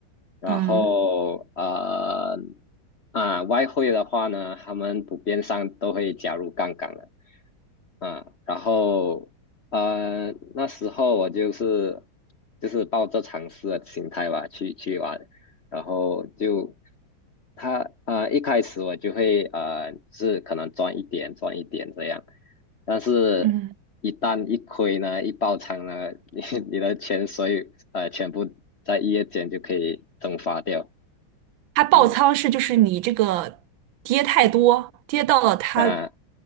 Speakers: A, on the left; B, on the right.
A: 然后呃
B: 嗯。
A: 啊、外汇的话呢，他们普遍上都会加入杠杆的，啊、然后呃那时候我就是就是抱着尝试的心态吧去去玩，然后就他啊、一开始我就会呃是可能赚一点赚一点这样。但是，
B: 嗯。
A: 一旦一亏呢，一爆仓呢，<laughs> 你你的钱所有呃全部在一夜间就可以蒸发掉。
B: 它爆仓是就是你这个跌太多，
A: 嗯
B: 跌到了它
A: 啊，